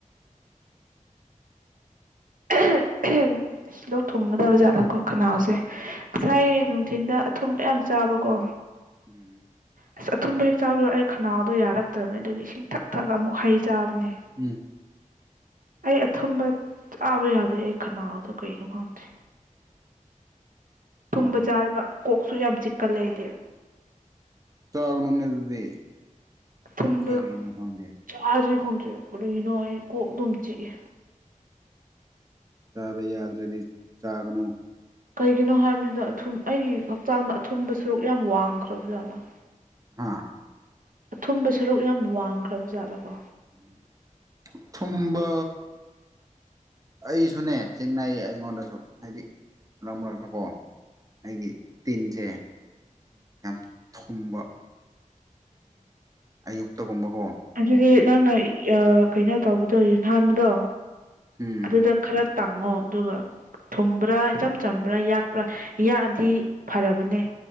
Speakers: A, on the right (about 85°); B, on the right (about 25°).
A: <unintelligible> ꯑꯁ ꯂꯣꯛ ꯊꯨꯡꯒꯗꯕ ꯖꯥꯠꯂꯥꯀꯣ ꯈꯅꯥꯎꯁꯦ ꯉꯁꯥꯏ ꯅꯨꯡꯊꯤꯟꯗ ꯑꯊꯨꯝ ꯃꯌꯥꯝ ꯆꯥꯕꯀꯣ
B: ꯎꯝ
A: ꯑꯁ ꯑꯊꯨꯝꯕ ꯍꯦꯛ ꯆꯥꯕ ꯑꯩ ꯈꯅꯥꯎꯗꯣ ꯌꯥꯔꯛꯇ꯭ꯔꯕꯅꯦ ꯑꯗꯨꯒꯤ ꯏꯁꯤꯡ ꯊꯛ ꯊꯛꯑ ꯑꯃꯨꯛ ꯍꯩ ꯆꯥꯕꯅꯦ
B: ꯎꯝ
A: ꯑꯩ ꯑꯊꯨꯝꯕ ꯆꯥꯕ ꯌꯥꯗꯦ ꯑꯩ ꯈꯅꯥꯎꯗꯣ ꯀꯩꯒꯤꯅꯣ ꯈꯪꯗꯦ ꯊꯨꯝꯕ
B: ꯑꯥꯎ
A: ꯆꯥꯔꯕ ꯀꯣꯛꯁꯨ ꯌꯥꯝ ꯆꯤꯛꯀ ꯂꯩꯗꯤ
B: ꯆꯥꯒꯅꯨꯅꯦ ꯑꯗꯨꯗꯤ
A: ꯊꯨꯝꯕ
B: ꯀꯔꯤꯅꯣ ꯈꯪꯗꯦ
A: ꯆꯥꯥꯁꯦ ꯈꯪꯗ꯭ꯔꯤ ꯀꯔꯤꯅꯣ ꯑꯩ ꯀꯣꯛ ꯑꯗꯨꯨꯝ ꯆꯤꯛꯑꯦ
B: ꯆꯥꯕ ꯌꯥꯗ꯭ꯔꯗꯤ ꯆꯥꯒꯅꯨ
A: ꯀꯩꯒꯤꯅꯣ ꯍꯥꯏꯕꯅꯤꯗ ꯑꯊꯨꯝ ꯑꯩꯒꯤ ꯍꯛꯆꯥꯡꯗ ꯑꯊꯨꯝꯕ ꯁꯔꯨꯛ ꯌꯥꯝ ꯋꯥꯡꯈ꯭ꯔꯕ ꯖꯥꯠꯂꯥ
B: ꯍꯥꯥ
A: ꯑꯊꯨꯝꯕ ꯁꯔꯨꯛ ꯌꯥꯝ ꯋꯥꯡꯈ꯭ꯔꯕ ꯖꯥꯠꯂꯥꯀꯣ
B: ꯎꯝ ꯊꯨꯝꯕ ꯑꯩꯁꯨꯅꯦ ꯊꯦꯡꯅꯥꯏꯌꯦ ꯑꯩꯉꯣꯟꯗꯁꯨ ꯍꯥꯏꯗꯤ ꯃꯔꯛ ꯃꯔꯛꯇꯀꯣ ꯑꯩꯒꯤ ꯇꯤꯟꯁꯦ ꯌꯥꯝ ꯊꯨꯝꯕ ꯑꯌꯨꯛꯇ ꯒꯨꯝꯕꯀꯣ
A: ꯑꯗꯨꯗꯤ ꯅꯪꯅ ꯑ ꯀꯩꯅꯣ ꯇꯧꯕꯗꯣ ꯌꯨꯟꯍꯥꯟꯕꯗꯣ
B: ꯎꯝ
A: ꯑꯗꯨꯗ ꯈꯔ ꯇꯥꯡꯉꯣ ꯑꯗꯨꯒ ꯊꯨꯝꯕ꯭ꯔꯥ ꯏꯆꯝ ꯆꯝꯕ꯭ꯔꯥ ꯌꯥꯛꯄ꯭ꯔꯥ ꯌꯥꯛꯑꯗꯤ ꯐꯔꯕꯅꯦ